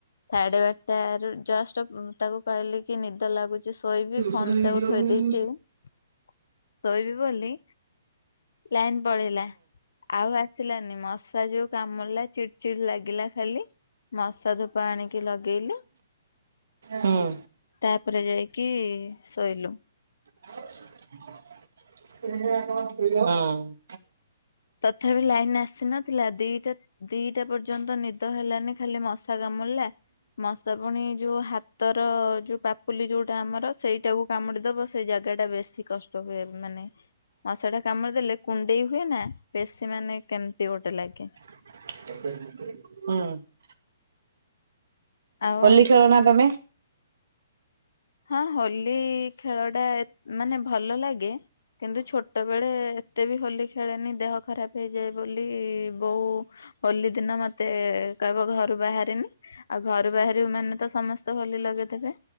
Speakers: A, on the left; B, on the right.
A: ସାଢେ ବାରଟା ରୁ ଜଷ୍ଟ ତାକୁ କହିଲି କି ନିଦ ଲାଗୁଛି ଶୋଇବି, ଫୋନ
B: ହୁଁ
A: ଟାକୁ ଥୋଇ ଦେଇଚି
B: ହୁଁ
A: ଶୋଇବି ବୋଲି ଲାଇନି ପଳେଇଲା। ଆଉ ଆସିଲାନି, ମଶା ଯୋଉ କାମୁଡ଼ିଲା ଚିଡି ଚିଡି ଲାଗିଲା ଖାଲି ମଶା ଧୁ ପାଣିକି ଲଗେଇଲି।
B: ହୁଁ
A: ତାପରେ ଯାଇକି ଶୋଇଲୁ।
B: <unintelligible> <unintelligible> ହୁଁ।
A: ତଥାପି ଲାଇନି ଆସିନଥିଲା ଦିଟା ଦିଟା ପର୍ଯ୍ୟନ୍ତ ନିଦ ହେଲାନି ଖାଲି ମଶା କାମୁଡ଼ିଲା। ମଶା ପୁଣି ଯୋଉ ହାତର ଯୋଉ ପାପୁଲି ଯୋଉଟା ଆମର ସେଇଟାକୁ କାମୁଡିଦବ ସେ ଜାଗା ଟା ବେଶୀ କଷ୍ଟ ହୁଏ, ମାନେ ମଶା ଟା କାମୁଡି ଦେଲେ କୁଣ୍ଡେଇ ହୁଏ ନା ବେଶୀ ମାନେ କେମତି ଗୋଟେ ଲାଗେ।
B: <unintelligible>
A: ଆଉ
B: ହୋଲି ଖେଳନା ତମେ?
A: ହଁ ହୋଲି ଖେଳ ଟା ଏ ମାନେ ଭଲ ଲାଗେ କିନ୍ତୁ ଛୋଟ ବେଳେ ଏତେ ବି ହୋଲି ଖେଳେନି ଦେହ ଖରାପ ହେଇଯାଏ ବୋଲି, ବଉ ହୋଲି ଦିନ ମତେ କହିବ ଘରୁ ବାହାରେନି। ଆଉ ଘରୁ ବାହାରିଵୁ ମାନେ ତ ସମସ୍ତେ ହୋଲି ଲଗେଇଦେବେ।